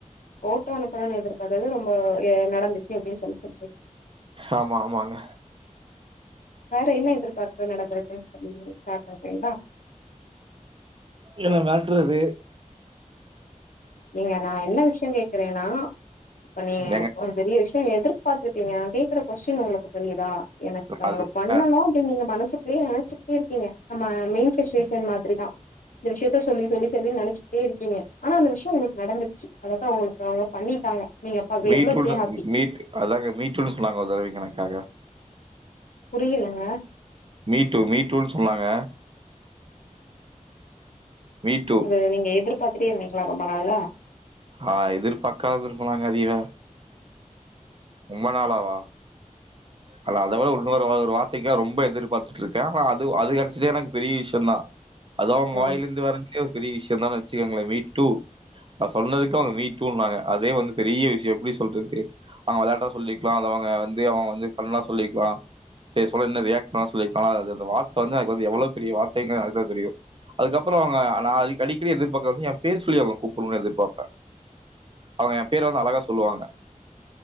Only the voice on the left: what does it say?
போட்டோ அனுப்பனுன் எதிர்ப்கறது ரொம்ப எ நடந்துச்சு அப்படின் சொல்லி சொல்றீங்
வேற என்ன எதிர்பார்ப்பு நடந்துருக்குன்னு சொல்லி சேர் பண்ண போறீங்களா
நீங்க நா என்ன விஷ்யோ கேக்குறேனா இப்ப நீ
ஒரு பெரிய விஷ்யோ எதிர்ப் பாத்துருக்கீங்க நா கேக்குற கொஸ்டின் உங்களுக்கு புரியுதா எனக்கு அவங்க
பண்ணலா
அப்படின் நீங்க மனசு அப்படியே நினைச்சிட்டே இருக்கீங்க நம்ம <unintelligible> மாதிரி தா இந்த விஷயத்த சொல்லி சொல்லி சொல்லி நெனச்சிட்டே இருக்கீங்க ஆனா அந்த விஷ் யோ உங்களுக்கு நடந்துச்சு அதத்தா உங்களுக்கு அவங்க பண்ணிட்டாங்க நீங்க அப்ப அதுல
எவ்ளோ பெரிய ஹாப்பி
புரியலங்க
அது நீங்க எதிர்ப் பாத்துட்டே இருந்தீங்களா ரொம்ப நாளா
ம்